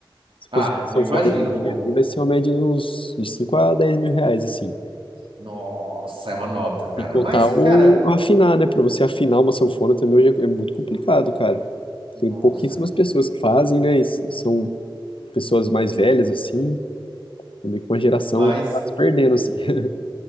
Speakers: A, on the left (about 80°); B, on the right (about 75°).
A: Se conseguir
B: Ah,
A: uma sanfona
B: eu imagino,
A: hoje em dia
B: pô.
A: ali, vai ser uma média de uns de 5 a 10 mil reais, assim.
B: Nossa, é uma nota, cara.
A: E contar
B: Mas,
A: ou
B: cara,
A: afinar, né? Pra você afinar uma sanfona também hoje é é muito complicado, cara.
B: nossa.
A: Tem pouquíssimas pessoas que fazem, né? E s- e são pessoas mais velhas, assim. É Meio que uma geração
B: Mas.
A: que tá se perdendo, assim. <laughs>